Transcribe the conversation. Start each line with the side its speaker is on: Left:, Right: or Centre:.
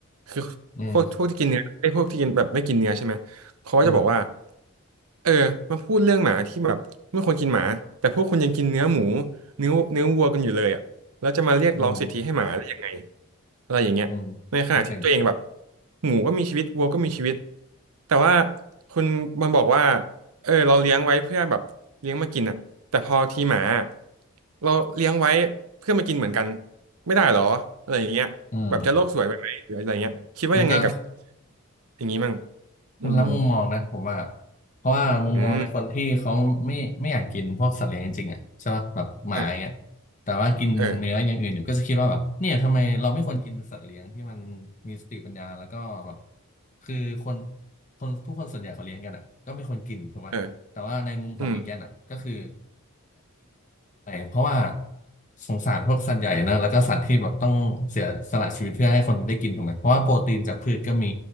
Right: คือพวกพวกที่กินเนื้อไอ้ยพวกที่กินแบบไม่กินเนื้อใช่ไหมเขาก็จะบอกว่า
Left: อืมอืม
Right: เออมาพูดเรื่องหมาที่แบบไม่ควรกินหมาแต่พวกคุณยังกินเนื้อหมูเนื้อเนื้อวัวกันอยู่เลยอ่ะแล้วจะมาเรียกร้องสิทธิให้หมาได้ยังไง
Left: อืม
Right: อะไรอย่างเงี้ยในขณะที่ตัวเองแบบ
Left: อืมก็จริง
Right: หมูก็มีชีวิตวัวก็มีชีวิตแต่ว่าคุณมันบอกว่า เออเราเลี้ยงไว้เพื่อแบบเลี้ยงมากินอ่ะแต่พอทีหมาเราเลี้ยงไว้เพื่อมากินเหมือนกันไม่ได้หรออะไรอย่างเงี้ยแบบจะโลกสวยไปไหมหรืออะไรเงี้ยคิดว่ายังไงกับ
Left: อืมมันก็
Right: อย่างนี้มั่ง
Left: คนละมุมมองนะผมว่า
Right: อืม
Left: เพราะว่ามุมมองในคนที่เขาไม่ไม่อยากกินพวกสัตว์เลี้ยงจริงๆอ่ะใช่ป่ะแบบหมาอย่างเงี้ย
Right: อืมอืมอ่ะ
Left: แต่ว่ากินเนื้ออย่างอื่นอยู่ก็จะคิดว่าแบบเนี่ยทำไมเราไม่ควรกินสัตว์เลี้ยงที่มันมีสติปัญญาแล้วก็แบบ
Right: เออ
Left: คือคนคนผู้คนส่วนใหญ่เขาเลี้ยงกันอ่ะก็ไม่ควรกินถูกป่ะแต่ว่าในมุมของวีแกนอ่ะก็คือ
Right: เอออืม
Left: เพราะว่าสงสารพวกสัตว์ใหญ่นะแล้วก็สัตว์ที่แบบต้องเสียสละชีวิตเพื่อให้คนได้กินถูกไหมเพราะว่าโปรตีนจากพืชก็มี